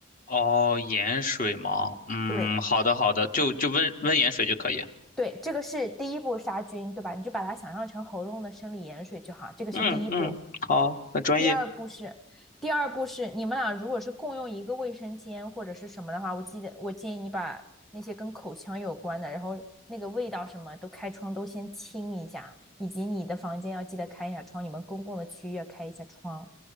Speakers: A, on the left; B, in the centre.
A: 哦，盐水吗？嗯，
B: 对。
A: 好的好的，就就温温盐水就可以。
B: 对，这个是第一步杀菌，对吧？你就把它想象成喉咙的生理盐水就好，这个是第一步。
A: 嗯嗯，好，很专业。
B: 第二步是，第二步是你们俩如果是共用一个卫生间或者是什么的话，我记得我建议你把那些跟口腔有关的，然后那个味道什么都开窗都先清一下，以及你的房间要记得开一下窗，你们公共的区域要开一下窗。